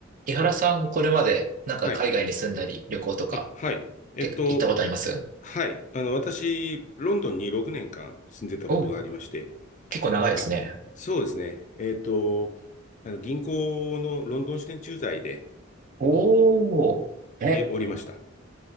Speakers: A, on the right (about 40°); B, on the left (about 35°).
A: 井原さん、これまでなんか海外に住んだり旅行とか
B: はい。あ、はい。えっと、
A: って行ったことあります
B: はい。あの、私、ロンドンに6年間住んでたことがありまして、
A: おう結構長いですね。
B: あ、そうですね。えっと、あの銀行のロンドン支店駐在で
A: おー。え、
B: いおりました。